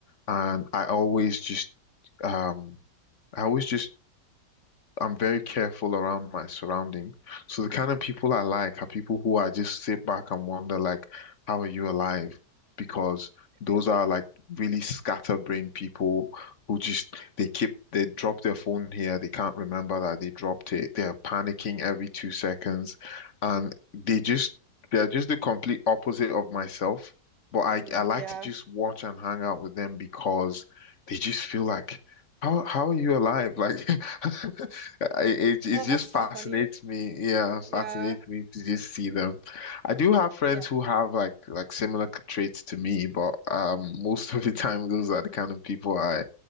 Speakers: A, on the left; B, on the right.
A: and I always just um I always just I'm very careful around my surrounding. So the kind of people I like are people who I just sit back and wonder, like, how are you alive? Because
B: <laughs>
A: those are like really scatterbrained people who just they keep they drop their phone here, they can't remember that they dropped it. They are panicking every two seconds, and they just they're just the complete opposite of myself. But I
B: Mm,
A: I like
B: yeah.
A: to just watch and hang out with them because they just feel like, how how are you alive? Like. <laughs> I- It it
B: Oh,
A: just
B: that's so
A: fascinates
B: funny.
A: me. Yeah, fascinates
B: Yeah.
A: me to just see them. I do have friends
B: Yeah.
A: who have like like similar
B: Mhm.
A: traits to me, but um, <laughs> most of the time those are the kind of people I